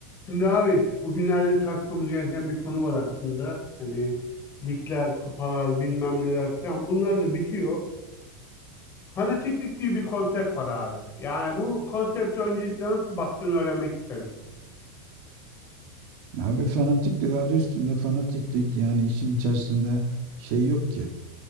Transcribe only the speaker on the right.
Abi fanatiklik adı üstünde fanatiklik yani işin içerisinde şey yok ki